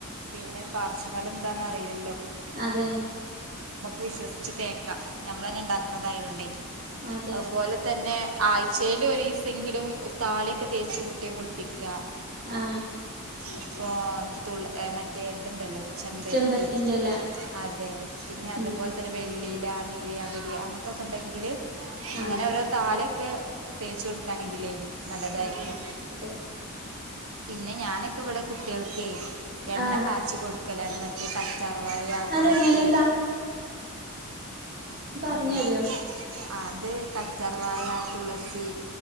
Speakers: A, on the right; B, on the right.
A: പിന്നെ പാർശ്വഫലം ന്താന്നറിയില്ലല്ലോ
B: അതെന്നെ
A: വിശ്വസിച്ച് തേക്ക ഞമ്മളെന്നെണ്ടാക് കണ തായോണ്ടെ
B: അതെ
A: അതുപോലെ തന്നെ ആഴ്ചയില് ഒരീസെങ്കിലും താളിയൊക്കെ തേച്ച് കുട്ടിയെ കുളിപ്പിക്ക
B: ആ
A: ഇപ്പൊ തുൾഏ മറ്റേത്ണ്ടല്ലോ ചെമ്പരത്തി
B: ചെമ്പരത്തിന്റെല
A: അതെ പിന്നെ അതുപോലെ
B: ഉം
A: തന്നെ വെള്ളിയില നീലിയാമ്പരി അങ്ങന ണ്ടെങ്കില് അങ്ങനെ
B: ആഹ്
A: ഒരോ താളി ക്കെ തേച്ച് കൊടുക്കാണെങ്കിലേ നല്ലതായിരിക്കും
B: ആ അതെ
A: പിന്നെ ഞാനൊക്കെ ഇവിടെ കുട്ടികൾക്കെയ് എണ്ണ
B: ആഹ്
A: കാച്ചി കൊടുക്കലാണ് മറ്റേ കറ്റാ ർവായ തുളസി
B: അതെങ്ങനെ പറഞ്ഞേരോ
A: അതെ അത് കറ്റർവായ തുളസി